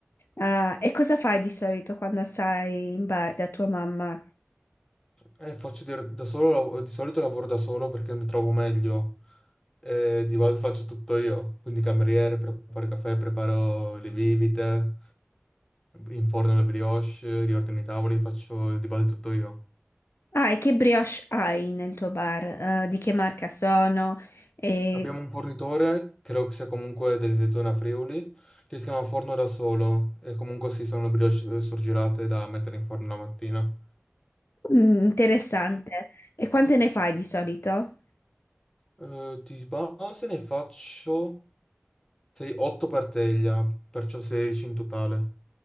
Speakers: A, on the left; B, on the left.
A: Ah, e cosa fai di solito quando stai in bar da tua mamma?
B: E faccio dir- da solo, lav- di solito lavoro da solo perché mi trovo meglio. Eh, di base faccio tutto io, quindi cameriere, preparo il caffè, preparo le bibite, inforno le brioche, riordino i tavoli, faccio di base tutto io.
A: Ah, e che brioche hai nel tuo bar? Eh, di che marca sono? E-
B: Abbiamo un fornitore, credo che sia comunque delle zone a Friuli, che si chiama Forno da Solo e comunque sì, sono brioche eh, surgelate da mettere in forno la mattina.
A: mm, interessante. E quante ne fai di solito?
B: Eh, di base ne faccio 8 per teglia, perciò 16 in totale.